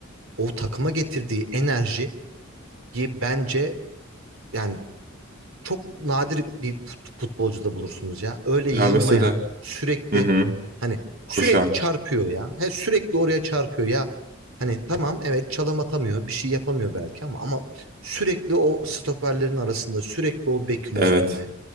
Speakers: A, on the right (about 75°); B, on the right (about 50°).
A: o takıma getirdiği enerjiyi bence yani çok nadir bir fut- futbolcuda bulursunuz ya. Öyle yılmayan,
B: Ya mesela
A: sürekli
B: hı hı.
A: hani sürekli
B: Koşan.
A: çarpıyor ya. He, sürekli oraya çarpıyor ya. Hani tamam evet çalım atamıyor, bir şey yapamıyor belki ama ama sürekli o stoperlerin arasında, sürekli o bekin
B: Evet.
A: üstünde.